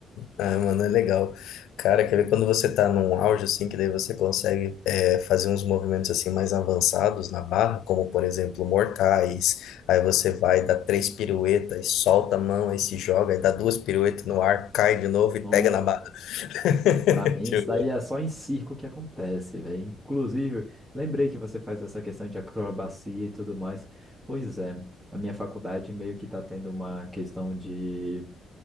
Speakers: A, on the left (about 85°); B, on the right (about 15°).
A: Ah, mano, é legal. Cara, quer ver quando você tá num auge, assim, que daí você consegue é, fazer uns movimentos, assim, mais avançados na barra, como, por exemplo, mortais. Aí você vai, dá três piruetas, solta a mão, aí se joga, aí dá duas piruetas no ar, cai de novo e
B: Nossa.
A: pega na barra. <laughs>
B: Pra mim,
A: Tipo,
B: isso daí é só em circo que acontece, velho. Inclusive, lembrei que você faz essa questão de acrobacia e tudo mais. Pois é, na minha faculdade meio que tá tendo uma questão de